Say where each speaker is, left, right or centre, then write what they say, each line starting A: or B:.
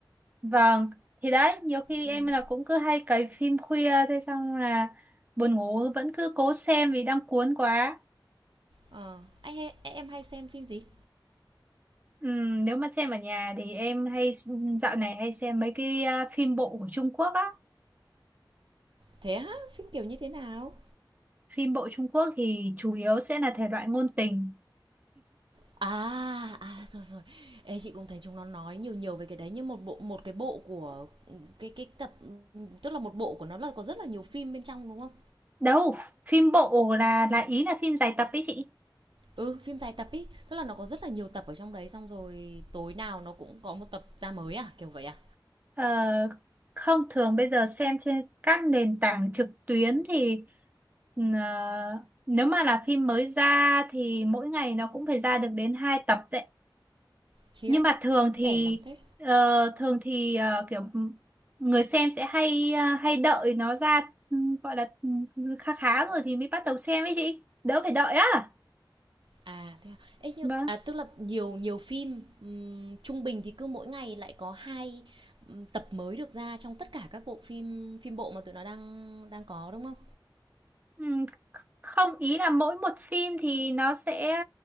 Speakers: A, on the right (about 20°); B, on the right (about 80°).
A: vâng thì đấy nhiều khi
B: Ừm.
A: em là cũng cứ hay cày phim khuya thế xong là buồn ngủ vẫn cứ cố xem vì đang cuốn quá
B: Ờ, anh hay, em hay xem phim gì?
A: Ừm, nếu mà xem ở nhà thì em hay dạo này hay xem mấy cái ờ, phim bộ của Trung Quốc á
B: Thế á, phim kiểu như thế nào?
A: phim bộ Trung Quốc thì chủ yếu sẽ là thể loại ngôn tình
B: À, à rồi rồi. Ê, chị cũng thấy chúng nó nói nhiều nhiều về cái đấy nhưng một bộ một cái bộ của cái cái tập tức là một bộ của nó là có rất là nhiều phim bên trong đúng không?
A: đâu phim bộ là là ý là phim dài tập ý chị
B: Ừ, phim dài tập ý tức là nó có rất là nhiều tập ở trong đấy xong rồi tối nào nó cũng có một tập ra mới à, kiểu vậy à?
A: Ờ, không thường bây giờ xem trên các nền tảng trực tuyến thì ờ, nếu mà là phim mới ra thì mỗi ngày nó cũng phải ra được đến 2 tập đấy.
B: Khiếp.
A: Nhưng mà thường thì
B: Đẻ lắm thế
A: ờ, thường thì ờ, kiểu người xem sẽ hay ờ, hay đợi nó ra ừ, gọi là ừ, khá khá rồi thì mới bắt đầu xem ấy chị. Đỡ phải đợi á.
B: À thế à. Ê nhưng
A: Vâng.
B: à tức là nhiều nhiều phim ừm, trung bình thì cứ mỗi ngày lại có hai ừm, tập mới được ra trong tất cả các bộ phim phim bộ mà tụi nó đang đang có đúng không?
A: Ừ, không ý là mỗi một phim thì nó sẽ